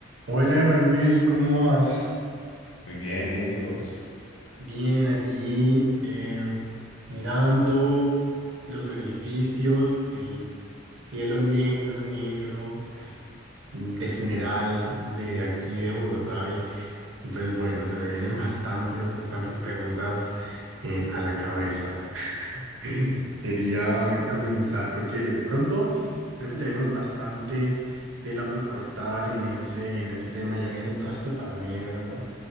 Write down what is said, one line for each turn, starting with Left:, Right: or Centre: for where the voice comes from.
Right: Hola Emanuel, ¿cómo vas?
Left: Muy bien, bien, ¿y vos?
Right: Bien, aquí eh, mirando los edificios, el cielo negro, negro mm, de funeral de aquí de Bogotá y, y pues bueno, se me vienen bastantes, bastantes preguntas eh, a la cabeza. <clears throat> Quería comenzar porque de pronto creo que tenemos bastante tela por cortar en ese, en ese tema, ya viendo todo esto tan negro, ¿no?